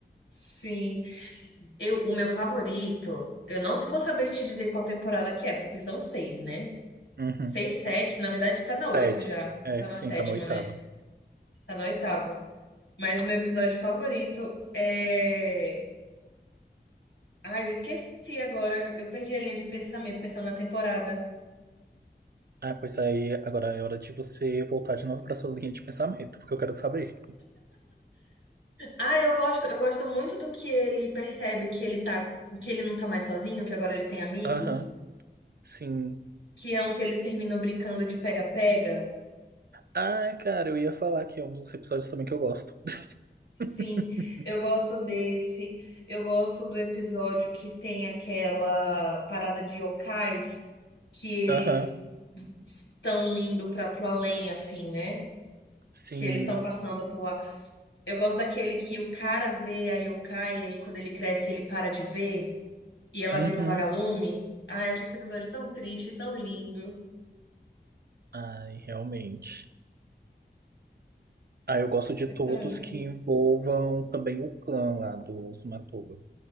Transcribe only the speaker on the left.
Sim. Eu, o meu favorito, eu não vou saber te dizer qual temporada que é, porque são seis, né?
Seis, sete, na verdade tá na
oito já.
Tá
na sétima,
né? Tá na oitava. Mas meu episódio favorito é. Ai, eu esqueci agora. Eu perdi a linha de pensamento pensando na temporada.
Ah, eu gosto, eu gosto muito do que ele percebe que ele tá, que ele não tá mais sozinho, que agora ele tem amigos,
que é um que eles terminam brincando de pega-pega.
Sim, eu gosto desse. Eu gosto do episódio que tem aquela parada de yokais que eles
estão indo para pro além, assim, né?
Que eles estão passando por lá. Eu gosto daquele que o cara vê a yokai e aí quando ele cresce ele para de ver e ela
vira um vagalume. ah eu acho esse episódio tão triste, tão lindo.
É tão
lindo.